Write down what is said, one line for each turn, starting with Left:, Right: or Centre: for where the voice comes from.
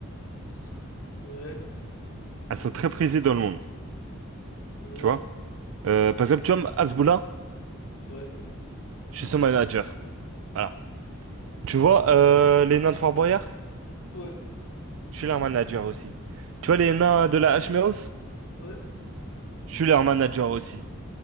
Left: Ah, Ouais,
Right: elles sont très prisées dans le monde,
Left: ouais,
Right: tu vois. Euh, par exemple, tu vois, Azboula,
Left: ouais,
Right: je suis son manager. Voilà. Tu vois, euh, les nains de Fort Boyard,
Left: ouais,
Right: je suis leur manager aussi. Tu vois, les nains de la Hmeos,
Left: ouais.
Right: je suis leur manager aussi.